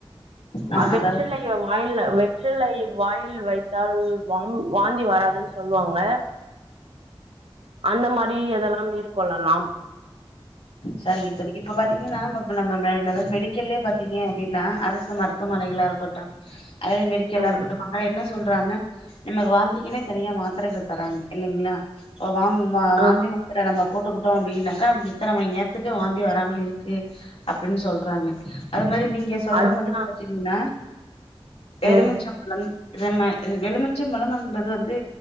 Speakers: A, on the left (about 85°); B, on the right (about 80°).
A: அ
B: அவ் வெற்றிலையோவோ
A: அதாவது
B: வாயில்ல வெற்றிலை வாயில் வைத்தால் வாம் வாந்தி வராதுன்னு சொல்லுவாங்க அந்த மாறி எதெல்லா மேற்கொள்ளலாம்
A: சரிங்க தோழி இப்ப பாத்தீங்கன்னா நம்ம <unintelligible> மெடிக்கல்லே பாத்தீங்க அப்டின்னா அரசு மருத்துவமனைகளா இருக்கு கொட்டம் அதே மாரி எல்லாரு
B: ம்
A: இருகட்டுப்பாங்க என்ன சொல்றாங்க நமக்கு வாந்திக்கனே தனியா மாத்திரைகள் தராங்க இல்லங்ளா இப்ப வாம்ம வாந்தி
B: ஆ
A: மாத்தர நம்ம போட்டுக்கிட்டோ அப்டின்னாக்க அப்டி எத்தன மணி நேரத்துக்கு வாந்தி வராமல் இருக்கு அப்டின்னு சொல்றாங்க அது மாறி நீங்க சொல்ற
B: அதுதான்
A: மாறி பாத்தீங்கன்னா எலுமிச்சம்பழம்
B: ம்
A: ரம்ம வெலுமிச்ச பழம் என்பது வந்து